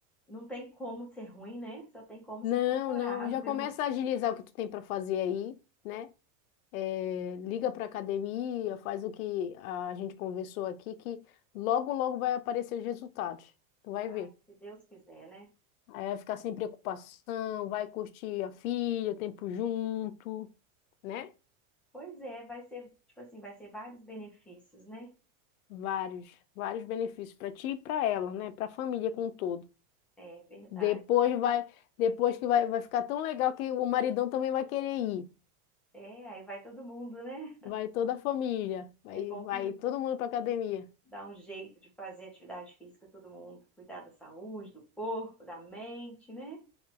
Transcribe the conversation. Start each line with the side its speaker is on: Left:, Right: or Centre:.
Centre: Não tem como ser ruim, né? Só tem como
Left: Não,
Centre: ser favorável.
Left: não. Já começa
Centre: <laughs>
Left: a agilizar o que tu tem para fazer aí, né? É, liga para academia, faz o que a gente conversou aqui, que logo, logo vai aparecer os resultados. Tu vai
Centre: Ah,
Left: ver.
Centre: se Deus quiser, né?
Left: Aí vai ficar sem preocupação, vai curtir a filha, tempo junto, né?
Centre: Pois é, vai ser, tipo assim, vai ser vários benefícios, né?
Left: Vários, vários benefícios para ti e para ela, né? Para a família como um todo.
Centre: É verdade.
Left: Depois vai, depois que vai, vai ficar tão legal que o maridão também vai querer ir.
Centre: É, aí vai todo mundo, né?
Left: Vai toda a família, vai,
Centre: É bom
Left: vai
Centre: que
Left: todo mundo para academia.
Centre: dá um jeito de fazer atividade física todo mundo, cuidar da saúde, do corpo, da mente, né?